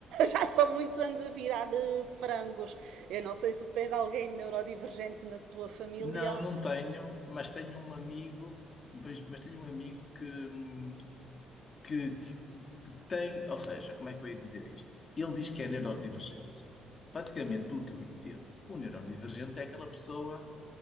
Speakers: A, on the right; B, on the left.
A: Já são muitos anos a virar eh, frangos. Eu não sei se tens alguém neurodivergente na tua família.
B: Não, não tenho, mas tenho um amigo, pois- mas tenho um amigo que, hum, que, que tem, ou seja, como é que eu ia dizer isto? Ele diz que é neurodivergente. Basicamente, pelo que eu entendo, o neurodivergente é aquela pessoa